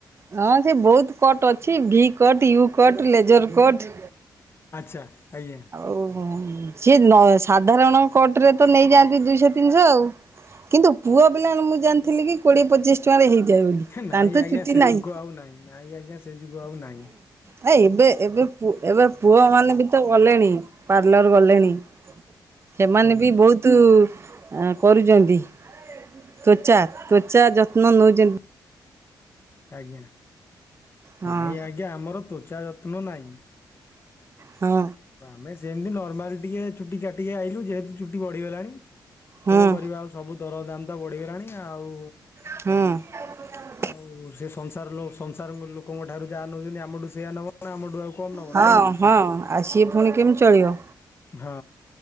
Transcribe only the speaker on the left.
ଆଚ୍ଛା ଆଜ୍ଞା।
ହେ ନାଇଁ
ଆଜ୍ଞା
ସେ
ଯୁଗ ଆଉ ନାଇଁ ନାଇଁ ଆଜ୍ଞା ସେ ଯୁଗ ଆଉ ନାଇଁ।
ଆଜ୍ଞା
ଆଜ୍ଞା
ନାଇଁ ଆଜ୍ଞା ଆମର ତ୍ୱଚା ଯତ୍ନ ନାହିଁ।
ଆମେ ସେମିତି ନର୍ମାଲ ଟିକେ ଚୁଟି କାଟିକି ଆଇଲୁ ଯେହେତୁ ଚୁଟି ବଢିଗଲାଣି।
କଣ କରିବା ଆଉ ସବୁ ଦରଦାମ ତ ବଢିଗଲାଣି ଆଉ
ଆଉ ସେ ସଂସାର ଲୋ ସଂସାର ଲୋକଙ୍କ ଠାରୁ ଯାହା ନେଉଛନ୍ତି ଆମଠୁ ସେୟା ନବ ଆମଠୁ ଆଉ କମ୍ ନେବ
ନା ଥୋଡ଼ି
ହଁ